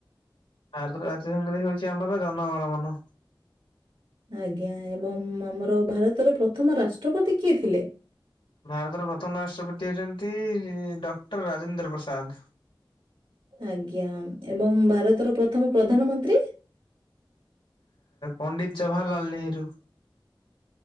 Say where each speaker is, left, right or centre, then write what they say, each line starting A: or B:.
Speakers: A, on the left; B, on the right.
A: ଭାରତର ରାଜଧାନୀ ରେ ହଉଛି ଆମର ଜନଗଣ ମନ।
B: ଆଜ୍ଞା ଏବଂ ଆମର ଭାରତର ପ୍ରଥମ ରାଷ୍ଟ୍ରପତି କିଏ ଥିଲେ?
A: ଭାରତର ପ୍ରଥମ ରାଷ୍ଟ୍ରପତି ହେଉଛନ୍ତି ଡକ୍ଟର ରାଜେନ୍ଦ୍ର ପ୍ରସାଦ।
B: ଆଜ୍ଞା ଏବଂ ଭାରତର ପ୍ରଥମ ପ୍ରଧାନମନ୍ତ୍ରୀ?
A: ପଣ୍ଡିତ ଜବାହାରଲାଲ ନେହେରୁ।